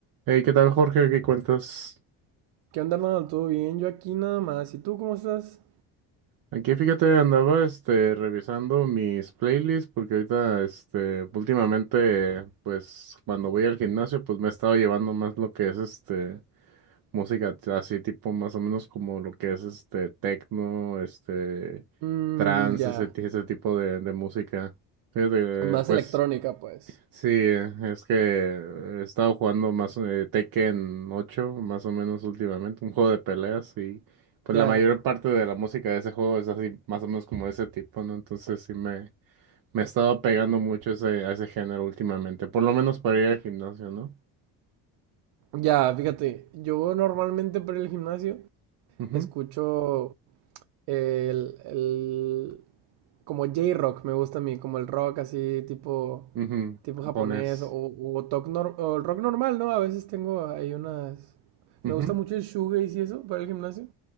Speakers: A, on the right; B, on the right.
A: Hey, ¿qué tal, Jorge? ¿Qué cuentas?
B: ¿Qué onda, Arnold? ¿Todo bien? Yo aquí nada más. ¿Y tú cómo estás?
A: Aquí, fíjate, andaba, este, revisando mis playlists porque ahorita, este, últimamente, pues, cuando voy al gimnasio, pues, me he estado llevando más lo que es, este, música así, tipo, más o menos como lo que es, este, techno, este,
B: Mmm,
A: trance,
B: ya.
A: ese, ti- ese tipo de, de música. Fíjate,
B: Más
A: pues.
B: electrónica, pues.
A: Sí, es que he estado jugando más eh, Tekken ocho, más o menos últimamente, un juego de peleas y pues
B: Ya.
A: la mayor parte de la música de ese juego es así, más o menos como de ese tipo, ¿no? Entonces sí me, me he estado pegando mucho ese, a ese género últimamente, por lo menos para ir al gimnasio, ¿no?
B: Ya, fíjate. Yo normalmente para el gimnasio
A: Ujú,
B: escucho el, el- como J-rock, me gusta a mí, como el rock así tipo
A: ujú,
B: tipo
A: Japonés.
B: japonés o, o, toc nor- o el rock normal, ¿no? A veces tengo ahí unas
A: Ujú,
B: me gusta mucho el shoegaze y eso para el gimnasio,